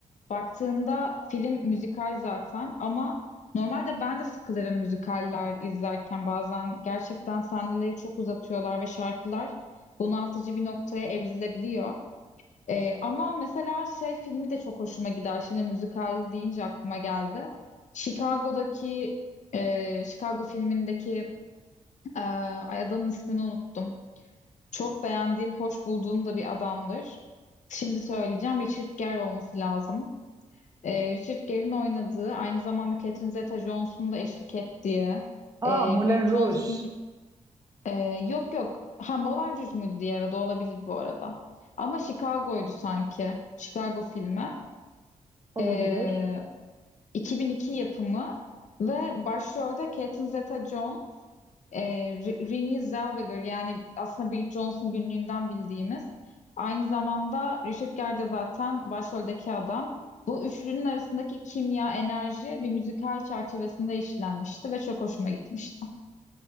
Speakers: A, on the left (about 65°); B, on the right (about 30°).
A: baktığında film müzikal zaten ama normalde ben de sıkılırım müzikaller izlerken bazen gerçekten sahneleri çok uzatıyorlar ve şarkılar bunaltıcı bir noktaya evrilebiliyor. Ee, ama mesela şey filmi de çok hoşuma gider. Şimdi müzikal deyince aklıma geldi. Chicago'daki e, Chicago filmindeki e, ay adamın ismini unuttum. Çok beğendiğim, hoş bulduğum da bir adamdır. Şimdi söyleyeceğim. Richard Gere olması lazım. Ee, Richard Gere'in oynadığı, aynı zamanda Catherine Zeta-Jones'un da eşlik ettiği, e,
B: Aa, Moulin
A: Bridget Jones'un
B: Rouge
A: e, yok yok. Ha Moulin Rouge muydu diğer adı olabilir bu arada. Ama Chicago'ydu sanki. Chicago filmi.
B: olabilir.
A: Ee, 2002 yapımı ve başrolde Catherine Zeta-Jones, e, Re- Renée Zellweger yani aslında Bridget Jones'un günlüğünden bildiğimiz. Aynı zamanda Richard Gere de zaten başroldeki adam. Bu üçlünün arasındaki kimya, enerji bir müzikal çerçevesinde işlenmişti ve çok hoşuma gitmişti.